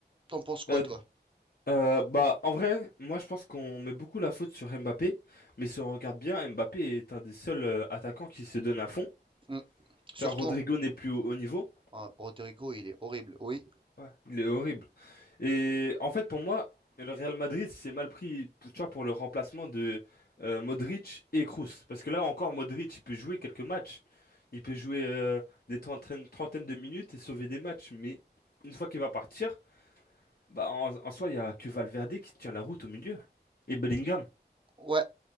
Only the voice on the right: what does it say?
T'en penses quoi,
toi?
Mm. Surtout,
euh, Rodrigo, il est horrible. Oui,
ouais.